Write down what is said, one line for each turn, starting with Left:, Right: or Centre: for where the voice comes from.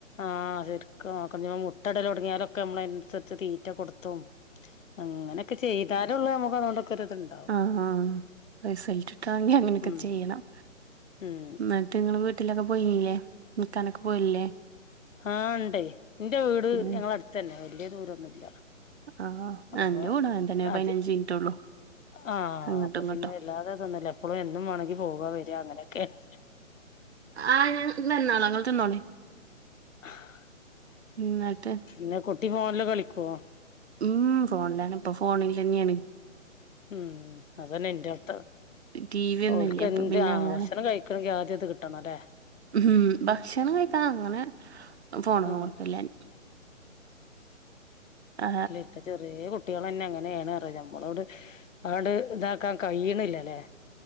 Left: ആഹ് ശരിക്ക് നോക്കണം ഞ്ഞ്പ്പം മുട്ടടൽ തൊടങ്ങിയാലൊക്കെ നമ്മള അത് അനുസരിച്ച് തീറ്റ കൊടുത്തും അങ്ങനൊക്കെ ചെയ്താലൊള്ളു നമുക്ക് അതോണ്ടൊക്കരുത്ണ്ട്
Right: ആഹ് ആഹ് റിസൾട്ടിട്ടണെങ്കി അങ്ങനൊക്കെ
Left: ഉം
Right: ചെയ്യണം
Left: ഉം
Right: ന്നട്ട് ങ്ങള് വീട്ട് വീട്ടിലൊക്കെ പോയിനീല്ലേ നിക്കാനൊക്കെ പോയില്ലേ
Left: ആഹ് ണ്ടേ ന്റെ വീട്
Right: ഉം.
Left: ഞങ്ങള അടുത്തന്നെ വല്യ ദൂരൊന്നുല്ല
Right: ആ
Left: അപ്പൊ
Right: എൻ്റെ കൂടെ അങ്ങനെ തന്നെ പതിനഞ്ച്
Left: അത്
Right: മിനിറ്റ് ഉള്ളൂ
Left: ആഹ്
Right: അങ്ങോട്ടും
Left: അപ്പൊ
Right: ഇങ്ങോട്ടും
Left: പിന്നെ വ വല്ലാതതൊന്നുല്ല എപ്പളും എന്നും വാണെങ്കി പോകാ വര്യ അങ്ങനൊക്കേണ്
Right: ആഹ് ഞാൻ ന്നെന്നോളാ ങ്ങള് തിന്നോളി
Left: ആഹ്
Right: ന്നട്ട്
Left: പിന്നെ കുട്ടി ഫോൺല് കളിക്കോ
Right: ഉമ് ഫോണിലെന്നെപ്പ പ്പഫോണിലെ ന്യാണ്
Left: ഉമ് അതന്നെ ൻ്റാട്ത്തെ
Right: ടി വി ഒന്നും
Left: ഓൽക്ക്
Right: ഇല്ല ഇപ്പൊ
Left: എന്ത്
Right: പിന്നെ
Left: ആ
Right: അങ്ങനെ
Left: ഭക്ഷണം കഴിക്കും ക്കണെങ്കി ആദ്യം ത് കിട്ടണം ല്ലേ
Right: ഉമ് ഭക്ഷണം കഴിക്കാൻ അങ്ങനെ ഫോണൊന്നും
Left: ആഹ്
Right: കൊട്ക്കേല്ല ഞാൻ ആ,
Left: അല്ലെ ഇപ്പൊ ചെറ്യേ കുട്ടികളന്നെങ്ങന് അങ്ങനേണ് പറ ഞമ്മളോട് ആണ്ട് ഇതാക്കാൻ കയ്യിണില്ലല്ലേ